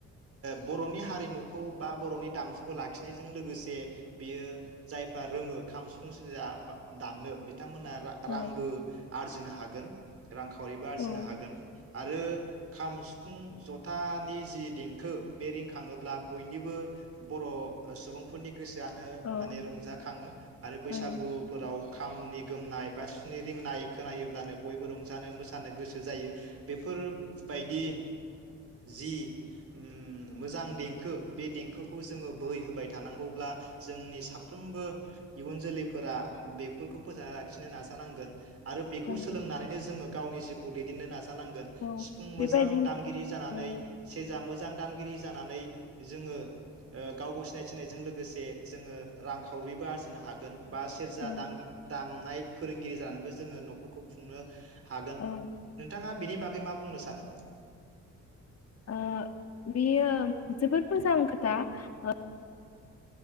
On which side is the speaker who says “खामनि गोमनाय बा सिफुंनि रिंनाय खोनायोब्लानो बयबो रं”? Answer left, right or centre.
Right